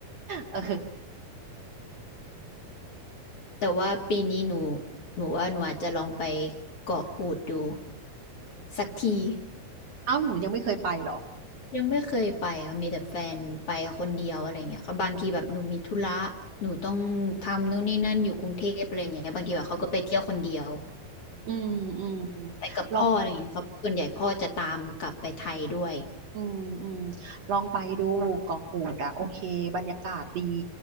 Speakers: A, on the right; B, on the left.
A: เออ
B: <laughs> แต่ว่าปีนี้หนูหนูว่าหนูอาจจะลองไปเกาะกูดดูสักที
A: เอ้าหนูยังไม่เคยไปเหรอ
B: ยังไม่เคยไปค่ะมีแต่แฟนไป คนเดียวอะไรเงี้ยค่ะบางทีแบบหนูมีธุระหนูต้องทำนู่นนี่นั่นอยู่กรุงเทพอะไรเงี้ยบางทีแบบเขาก็ไปเที่ยวคนเดียว
A: อืมอืม
B: ไปกับพ่ออะไรเงี้ยครับส่วนใหญ่พ่อจะตามกลับไปไทยด้วย
A: ลอง อืมอืมลองไปดูเกาะกูดอ่ะโอเคบรรยากาศดี